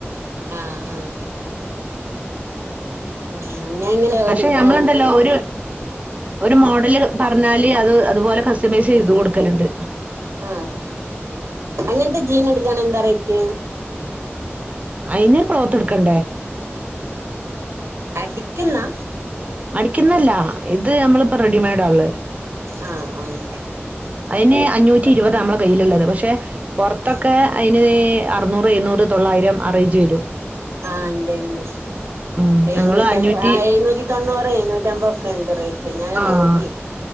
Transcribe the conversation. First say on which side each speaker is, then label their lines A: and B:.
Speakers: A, on the right (about 80°); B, on the right (about 30°).
A: ആ ആ ആ ആഹ്. അങ്ങനെ ഇങ്ങനെ
B: പക്ഷെ
A: ഒരു
B: ഞമ്മളുണ്ടല്ലോ
A: ആ.
B: ഒരു ഒരു മോഡല് പറഞ്ഞാല് അത് അതുപോലെ കസ്റ്റമൈസ് ചെയ്ത് കൊടുക്കലുണ്ട്.
A: ആ അങ്ങനത്തെ ജീൻ എടുക്കാൻ എന്താ റേറ്റ്?
B: അയിന് ക്ലോത്ത് എടുക്കണ്ടേ?
A: അടിക്കുന്നാ.
B: അടിക്കുന്ന അല്ലാ ഇത് നമ്മളിപ്പോ റെഡിമെയ്ഡാ ഒള്ളേ.
A: ആഹ് ആഹ്.
B: അയിന് അഞ്ഞൂറ്റി ഇരുപതാ നമ്മളെ കയ്യിലുള്ളത്, പക്ഷേ പൊറത്തൊക്കേ
A: ആഹ്
B: അയിന് ഈ അറൂന്നൂറ് ഏയ്ന്നൂറ് തൊള്ളായിരം ആ റേഞ്ച് വെരും.
A: ആഹ് ഇണ്ട് ഇണ്ട്
B: ഉം
A: ഏയ്ന്നൂറ്റി
B: നമ്മള് അഞ്ഞൂറ്റി
A: അൻ ആ ഏയ്ന്നൂറ്റി തൊണ്ണൂ പ്പ ഏയ്ന്നൂറ്റമ്പതൊക്കെ ഉണ്ട് റേറ്റ് ഞാന്
B: ആഹ്
A: നോക്കി.